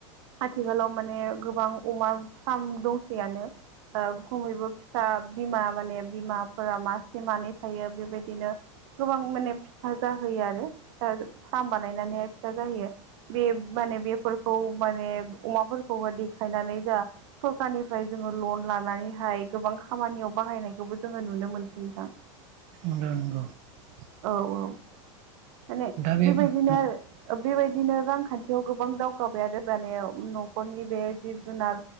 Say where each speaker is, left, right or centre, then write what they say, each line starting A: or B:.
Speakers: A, on the right; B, on the right.
A: आथिखालाव माने गोबां। अमा फार्म दंसैयानो। ओ खमैबो फिथा बिमा माने बिमाफोरा मासे मानै थायो बेबायदिनो। गोबां माने फिसा जाहोयो आरो फिसा फार्म बानायनानैहाय फिसा जाहोयो बे। माने बेफोरखौ माने अमाफोरखौहाय। नानै दा सरखारनिफ्राय जोङो लन लानानैहाय गोबां खामानियाव बाहायनायखौबो जोङो नु। नो मोनसैथां।
B: <inaudible>
A: औ औ माने
B: दा बे
A: बेबायदिनो
B: ओं
A: आरो बेबाय। दिनो रांखान्थियाव गोबां दावगाबाय आरो माने न'खरनि बे। जिब जुनार